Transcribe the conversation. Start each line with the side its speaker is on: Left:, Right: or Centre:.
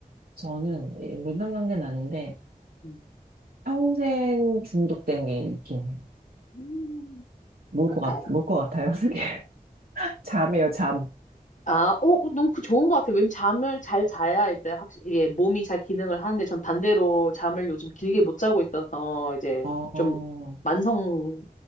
Right: 저는, 이- 물만 관계는 아닌데,
Left: 음.
Right: 평생 중독된 게 있긴 해요.
Left: 음,
Right: 뭘
Left: 뭘까요?
Right: 것 같, 뭘것 같아요, 그게? <laughs> 잠이에요, 잠.
Left: 아, 어, 그- 너무 그 좋은 것 같아요. 왜냐면 잠을 잘 자야 이제 확실히 이게 몸이 잘 기능을 하는데 전 반대로 잠을 요즘 길게 못 자고 있어서 이제
Right: 어,
Left: 좀
Right: 어,
Left: 만성